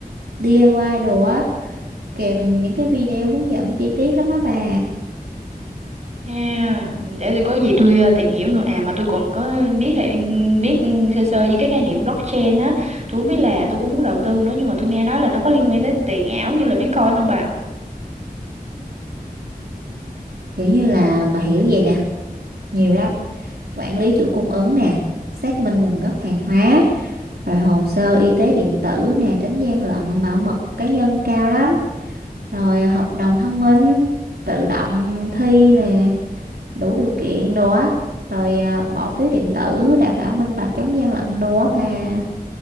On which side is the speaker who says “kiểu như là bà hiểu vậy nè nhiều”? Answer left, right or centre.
Right